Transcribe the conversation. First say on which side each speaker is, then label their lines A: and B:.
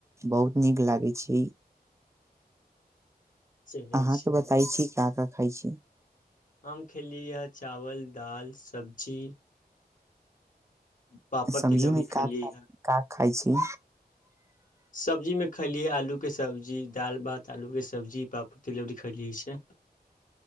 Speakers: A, on the right (about 15°); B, on the left (about 55°).
A: बहुत नीक लागै छै।
B: चलै
A: अहाँके
B: छी
A: बताई छी का का। खाइ छी,
B: हम खेलियैए चावल दालि सब्जी। पापड़
A: सब्जीमे,
B: तिलौरी खेलियै हे
A: खाइ छी।
B: सब्जी में खलियै आलू के सब्जी दाल भात आलू के सब्जी। प्रापतिलरी खइलीऐ छै।